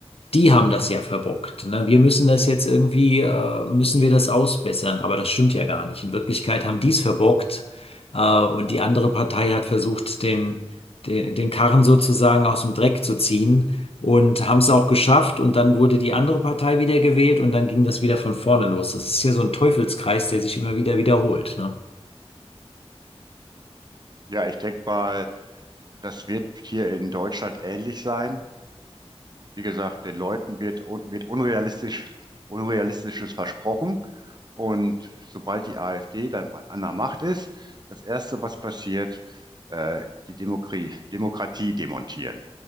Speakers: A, on the left (about 60°); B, on the right (about 40°).
A: die haben das ja verbockt. Ne? Wir müssen das jetzt irgendwie, äh, müssen wir das ausbessern. Aber das stimmt ja gar nicht. In Wirklichkeit haben die es verbockt, äh, und die andere Partei hat versucht, den, den, den Karren sozusagen aus dem Dreck zu ziehen und haben es auch geschafft. Und dann wurde die andere Partei wieder gewählt und dann ging das wieder von vorne los. Das ist hier so ein Teufelskreis, der sich immer wieder wiederholt. Ne?
B: ja, ich denke mal, das wird hier in Deutschland ähnlich sein. Wie gesagt, den Leuten wird, un- wird unrealistisch, Unrealistisches versprochen. Und sobald die AfD dann an der Macht ist, das Erste, was passiert, äh, die Demokratie, Demokratie demontieren.